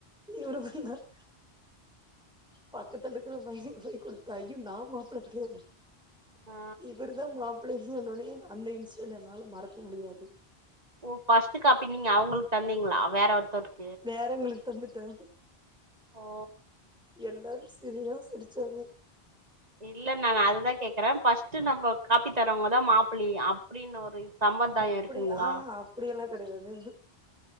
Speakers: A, in the centre; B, on the right.
A: இவர வந்தாரு பக்கத்துல இருக்கிற பைய போய் குடுத்தா ஐயோ நா மாப்புள்ள கெடையாது
B: ஆ
A: இவருக் இதா மாப்புள்ள சொன்னவுடனே அந்த இன்சிடென்ட் என்னால மறக்க முடியாது
B: ஓ பர்ஸ்ட் காப்பி நீங்க அவங்களுக்கு தந்தீங்களா வேற ஒருத்தருக்கு
A: வேறங்களுக்கு தந்துட்டே
B: ஓ
A: எல்லாரு சி எல்லா சிரிச்சாங்க
B: இல்ல நா அதுதா கேக்குறே ஃபர்ஸ்ட் நம்ம காப்பி தரவங்கதா மாப்புள்ள அப்டின்னு ஒரு இது சம்ரதாய
A: அப்டி
B: இருக்குங்களா
A: ஆஹா அப்டியெல்லா கெடையாது